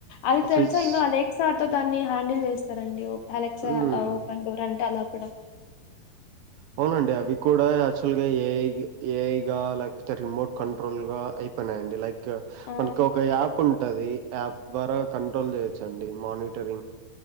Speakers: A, on the left; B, on the right.
A: అది
B: ఆ
A: తెల్సా
B: ఫ్రిడ్జ్
A: ఇంకా అలెక్సా దాన్ని హ్యాండిల్ చేస్తారండి అలెక్సా
B: ఉమ్
A: ఓపెన్ డోర్ అంటే అలా కూడా
B: అవునండి అవి కూడా యాక్చువల్ గా ఏ ఐ గా లేకపోతే రిమోట్ క కంట్రోల్ గా అయిపోయినాయండి లైక్
A: ఆ
B: మనకి ఒక యాప్ ఉంటది యాప్ ద్వారా కంట్రోల్ చేయొచ్చండి మానిటర్